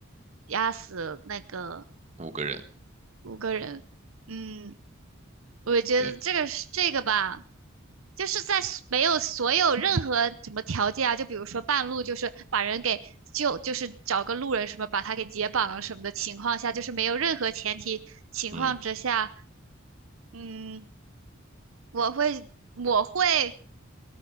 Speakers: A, on the right; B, on the right.
A: 压死那个
B: 五个人，
A: 五个人？嗯，我觉得这个是这个吧，
B: 对，
A: 就是在所没有所有任何什么条件啊，就比如说半路就是把人给救，就是找个路人什么把他给解绑啊什么的情况下，就是没有任何前提情况之下，
B: 嗯
A: 嗯。我会，我会，